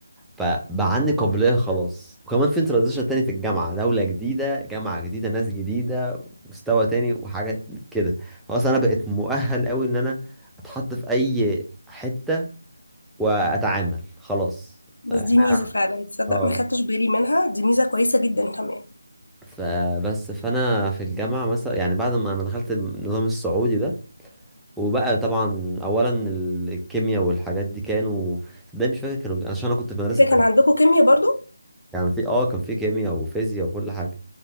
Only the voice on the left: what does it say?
بس
دي ميزه فعلا تصدق
ما خدتش بالي منها دي ميزه كويسه جدا كمان
انت كان عندكم كيمياء برضو